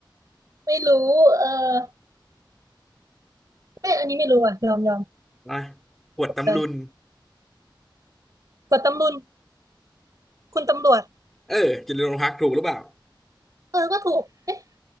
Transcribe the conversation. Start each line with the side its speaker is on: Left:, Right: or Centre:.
Right: <laughs> ไม่รู้เออไม่อันนี้ไม่รู้อ่ะยอมยอม
Centre: <laughs> อ่ะขวดตำลุน
Right: ขวดอะไรขวดตำรุนคุณตำรวจ
Centre: เอออยู่ในโรงพักถูกหรือเปล่า
Right: เออก็ถูกเอ๊ะ